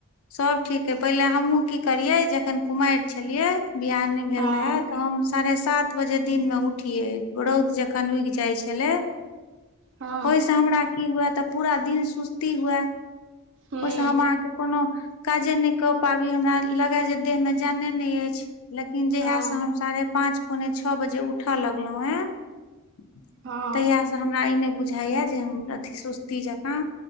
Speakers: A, on the left; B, on the right.
A: सब ठीक ऐछ, फहिले हमहुँ की करियै जखन कुमारि छलियै बियाह नहि भेल
B: हँ
A: रहे त हम साढ़े सात बजे दिन मे उठियै रौद जखन उगि जाइ छलै
B: हँ
A: ओहिसे हमरा की हुए त पूरा दिन सुस्ती हुए ओहिसँ
B: हूँ
A: हम अहाॅंके कोनो काजे नहि क पाबी हमरा लगै जे देहमे जाने नहि अछि। लेकिन जहिया
B: हँ
A: से हम साढ़े पांच पौने छओ बजे उठए लगलहुं हें -तहियासँ
B: हँ
A: हमरा ई नहि बुझाइए जे हम अथि सुस्ती जकाँ